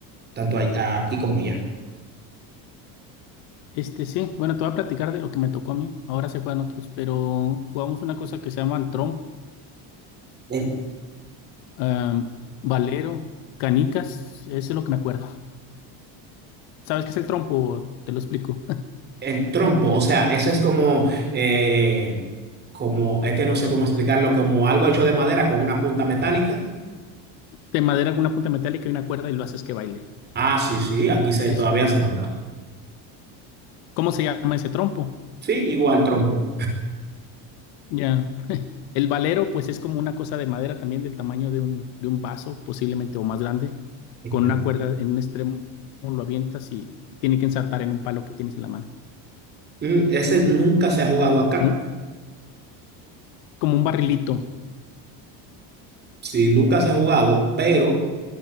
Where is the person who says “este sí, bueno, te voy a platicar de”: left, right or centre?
Left